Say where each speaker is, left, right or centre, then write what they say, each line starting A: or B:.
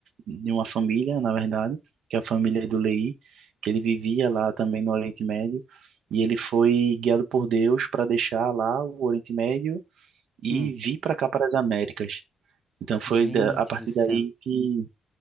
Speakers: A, on the right (about 75°); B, in the centre.
A: de uma família, na verdade, que é a família do Leí, que ele vivia lá também no Oriente Médio, e ele foi guiado por Deus para deixar lá o Oriente Médio e
B: Hum.
A: vir para cá, para as Américas. Então foi
B: Gente
A: da- a partir
B: do céu.
A: daí que,